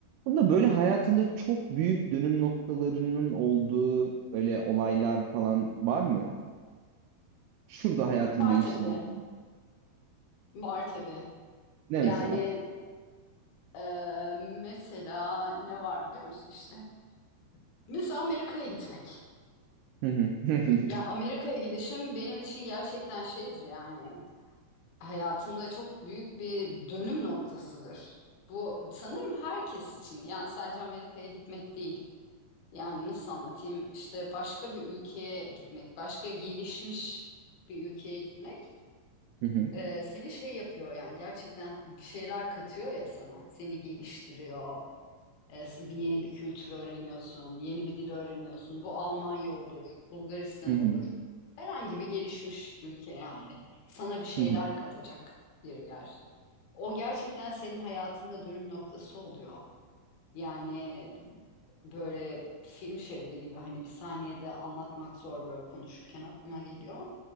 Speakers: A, on the right; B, on the left.
A: Bunda böyle hayatında çok büyük dönüm noktalarının olduğu böyle olaylar falan var mı? Şurada hayatım
B: Var
A: değişti
B: tabii.
A: dediğin.
B: Var tabii.
A: Ne
B: Yani
A: mesela?
B: e, mesela ne var biliyor musun işte? Mesela Amerika'ya gitmek.
A: Hı hı. <laughs>
B: Ya Amerika'ya gidişim benim için gerçekten şeydir yani. Hayatımda çok büyük bir dönüm noktasıdır. Bu sanırım herkes için. Yani sadece Amerika'ya gitmek değil. Yani nasıl anlatayım? İşte başka bir ülkeye gitmek, başka gelişmiş bir ülkeye gitmek.
A: Hı hı.
B: Ee, seni şey yapıyor yani gerçekten bir şeyler katıyor ya sana. Seni geliştiriyor. Ee, bir yeni bir kültür öğreniyorsun, yeni bir dil öğreniyorsun. Bu Almanya olur, Bulgaristan
A: Hı hı.
B: olur. Herhangi bir gelişmiş ülke yani sana bir şeyler
A: Hı hı.
B: katacak bir yer. O gerçekten senin hayatında dönüm noktası oluyor. Yani böyle film şeridi gibi hani bir saniyede anlatmak zor böyle konuşurken aklıma geliyor.